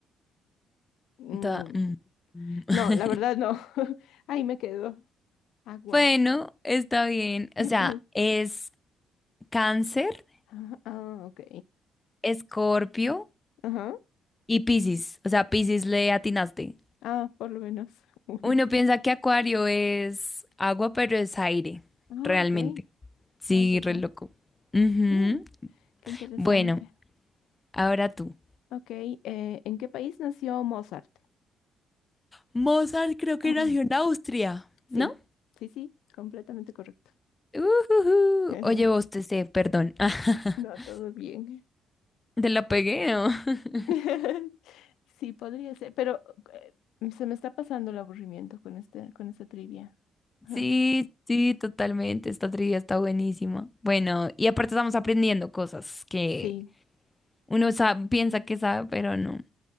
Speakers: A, on the left; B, on the left.
A: mm,
B: Te va- mm, mm. <laughs>
A: no, la verdad no. <laughs> Ahí me quedo. Agua.
B: Bueno, está bien.
A: <clears throat>
B: O sea, es Cáncer,
A: Ah, ah, ok.
B: Escorpio
A: Ajá.
B: y Piscis. O sea, Piscis le atinaste.
A: Ah, por lo menos. <laughs>
B: Uno piensa que Acuario es agua, pero es aire,
A: Ah,
B: realmente.
A: ok,
B: Sí,
A: ya, ya, ya.
B: re loco. Ujú.
A: Sí, qué interesante.
B: Bueno, ahora tú.
A: Ok, eh, ¿en qué país nació Mozart?
B: Mozart creo que
A: <clears throat>
B: nació en Austria.
A: Sí,
B: ¿No?
A: sí, sí, completamente correcto.
B: Ujujú.
A: <laughs>
B: Oye, vos te sé, perdón. <laughs>
A: No, todo bien.
B: Te la pegué, ¿no? <laughs>
A: <laughs> Sí, podría ser, pero eh, se me está pasando el aburrimiento con este, con esta trivia. <laughs>
B: Sí, sí, totalmente. Esta trivia está buenísima. Bueno, y aparte estamos aprendiendo cosas que
A: Sí.
B: uno sa- piensa que sabe, pero no.